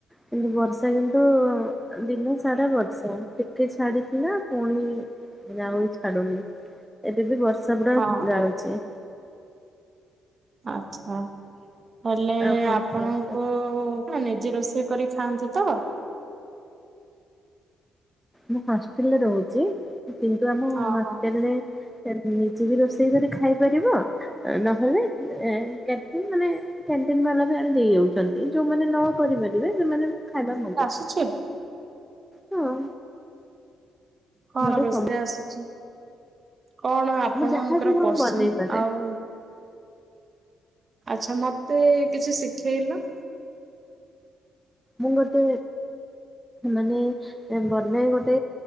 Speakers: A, in the centre; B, on the right.
A: କିନ୍ତୁ ବର୍ଷା କିନ୍ତୁ ଦିନ ସାରା ବର୍ଷା ଟିକେ ଛାଡିଥିଲା ପୁଣି ଏବେ ଆଉ ଛାଡୁନି ଏବେ ବି ବର୍ଷା ପୁଡା
B: ହଁ ହଁ
A: ଢାଳୁଛି।
B: ଆଚ୍ଛା ହେଲେ
A: ଆଉ କଣ
B: ଆପଣଙ୍କୁ
A: କୁହନ୍ତୁ
B: ଆପଣ ନିଜେ ରୋଷେଇ କରି ଖାଆନ୍ତି ତ?
A: ମୁଁ ହଷ୍ଟେଲରେ ରହୁଛି କିନ୍ତୁ ଆମ
B: ହଁ
A: ହଷ୍ଟେଲରେ
B: ହଁ
A: ନିଜେ ବି ରୋଷେଇ କରି ଖାଇପାରିବ। ନହେଲେ କଟିଂ ମାନେ କ୍ୟାଣ୍ଟି ବାଲା ବି ଆଣି ଦେଇ ଯାଉଛନ୍ତି। ଯୋଉମାନେ ନ କରିପାରିବେ ସେମାନେ ଖାଇବା ମଗ
B: କିଛ
A: ହଁ।
B: କଣ
A: ମତେ
B: ରୋଷେଇ
A: ସବୁ
B: ଆସୁଛି କଣ ଆପଣଙ୍କର
A: ମୁଁ ଯାହାବି ହଉ
B: ପସନ୍ଦ
A: ବନେଇ ପାରେ।
B: ଆଉ ଆଛା ମତେ କିଛି ଶିଖେଇଲ।
A: ମୁଁ ଗୋଟେ ମାନେ ବନାଏ ଗୋଟେ